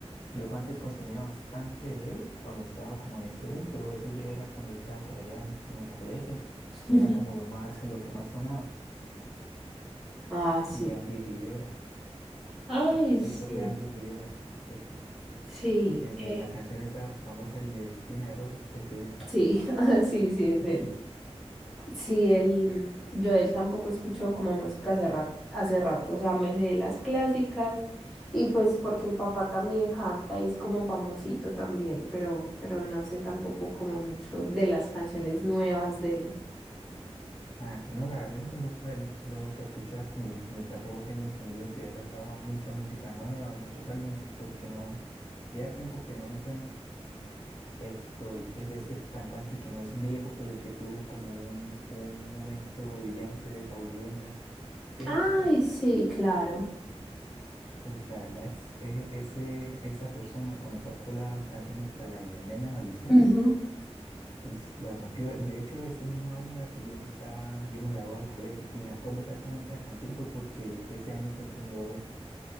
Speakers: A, on the left (about 55°); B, in the centre.
A: Yo antes consumía bastante de él cuando estaba como en ese boom, pero eso ya era cuando estaba por allá en, en el colegio.
B: <laughs>
A: y Era como lo más, <laughs> lo que más sonaba.
B: ah, sí.
A: Y Andy Rivera.
B: Ay,
A: Sí, sí,
B: sí,
A: creo que era Andy Rivera. Ese.
B: sí,
A: El
B: eh,
A: de la canción esa famosa, el de Espina de Rosas, creo que es.
B: sí, <laughs> ah, sí, sí es
A: <laughs>
B: él.
A: Sí.
B: Sí, él, yo de él tampoco escucho como música hace rato, hace rato, o sea, me sé las clásicas y pues porque el papá también canta y es como famosito también, pero, pero no sé tampoco como mucho de las canciones nuevas de él.
A: Ah, sí. No, la verdad yo tampoco él lo he vuelto a escuchar, ni, ni tampoco tengo entendido si ha sacado mucha música nueva o muchos álbumes, porque no, ya tiempo que no me suena. Esto, y que de este cantante que no es viejo, pero que tuvo como un, un momento brillante de Paulo Londra. ¿Sí has
B: Ay,
A: escuchado?
B: sí, claro.
A: Uf, la verdad es, e- ese, esa persona cuando sacó la canción esta, la de Nena Maldición,
B: ujú.
A: uf, la rompió. De hecho, ese mismo año era que yo me estaba, yo me gradué del colegio y me acuerdo exactamente de la canción fue porque ese año fue que me gradué.